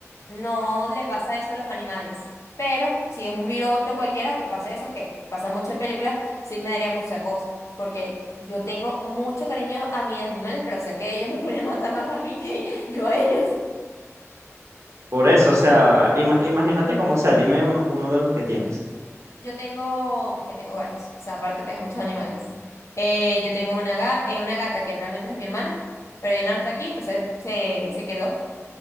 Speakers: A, on the left; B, on the right.
A: no le pasa eso a los animales. Pero si es un virus otro cualquiera que pase eso, que pasa mucho en películas, sí me daría mucha cosa. Porque yo tengo mucho cariño a mis animales, pero sé que ellos me <laughs> pueden matar más a mí que yo a ellos.
B: Por eso, o sea, ima- imagínate cómo sea, dime uno, uno de los que tienes.
A: Yo tengo, es que tengo varios. O sea, aparte tengo muchos animales. Eh, yo tengo una, ga- eh, una gata que realmente es de mi hermana, pero ella no está aquí, entonces se, se quedó.